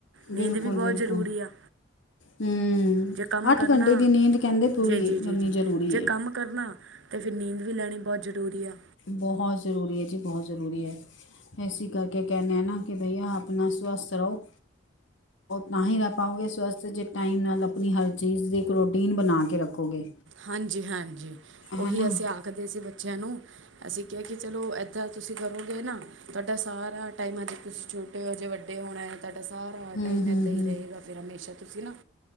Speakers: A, on the right; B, on the left.
A: ਨੀਂਦ
B: ਬਿਲਕੁਲ
A: ਵੀ ਬਹੁਤ
B: ਬਿਲਕੁਲ
A: ਜ਼ਰੂਰੀ ਆ।
B: ਹੂੰ
A: ਜੇ ਕੰਮ ਕਰਨਾ।
B: ਘੰਟੇ ਦੀ ਨੀਂਦ ਕਹਿੰਦੇ ਪੂਰੀ
A: ਜੀ ਜੀ ਜੀ
B: ਕਰਨੀ
A: ਜੀ
B: ਜ਼ਰੂਰੀ
A: ਜੇ
B: ਹੈ
A: ਕੰਮ ਕਰਨਾ ਅਤੇ ਫਿਰ ਨੀਂਦ ਵੀ ਲੈਣੀ ਬਹੁਤ ਜ਼ਰੂਰੀ ਆ।
B: ਬਹੁਤ ਜ਼ਰੂਰੀ ਹੈ। ਜੀ, ਬਹੁਤ ਜ਼ਰੂਰੀ ਹੈ। ਇਸਸੀ ਕਰਕੇ ਕਹਿਨ ਨਾ ਕਿ ਭਈਆ ਆਪਣਾ ਸਵਸਥ ਰਹੋ ਮਾਹੀ ਦਾ ਪਾਉਗੇ ਸਵਸ ਜੇ ਟਾਈਮ ਨਾਲ ਆਪਣੀ ਹਰ ਚੀਜ਼ ਦੀ ਪ੍ਰੋਟੀਨ ਬਣਾ ਕੇ ਰੱਖੋਗੇ।
A: ਹਾਂਜੀ ਹਾਂਜੀ ਉਹੀ
B: ਹੈ ਨਾ
A: ਅਸੀਂ ਆਖਦੇ ਸੀ ਬੱਚਿਆਂ ਨੂੰ ਅਸੀਂ ਕਹਿ ਕੇ ਚਲੋ ਇਦਾਂ ਤੁਸੀਂ ਕਰੂਗੇ ਨਾ ਤੁਹਾਡਾ ਸਾਰਾ ਟਾਈਮ ਅੱਜ ਤੁਸੀਂ ਛੋਟੇ ਹੋ ਜੇ ਵੱਡੇ ਹੋਣਾ ਤੁਹਾਡਾ ਸਾਰਾ ਇਦਾਂ
B: ਹੂੰ ਹੂੰ
A: ਹੀ
B: ਹੂੰ
A: ਰਹੇਗਾ ਤੇਰਾ ਹਮੇਸ਼ਾ ਤੁਸੀਂ